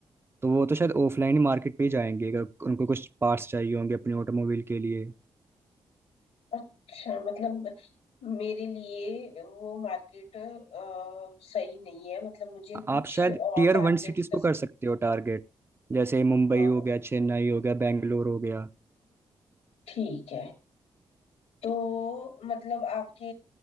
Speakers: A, on the right; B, on the left.
A: तो वो तो शायद ऑफलाइन ही मार्केट पे ही जाएंगे अगर उनको कुछ पार्ट्स चाहिए होंगे अपने ऑटोमोबाइल के लिए
B: अच्छा मतलब मेरे लिए वो मार्केट सही नहीं है मतलब मुझे
A: आप
B: कुछ
A: शायद
B: और
A: टीयर
B: टारगेट
A: वन सिटीज़ को
B: कस्ट
A: कर सकते हो टारगेट जैसे मुंबई
B: हाँ
A: हो गया चेन्नई हो गया बेंगलोर हो गया
B: ठीक है तो मतलब आपके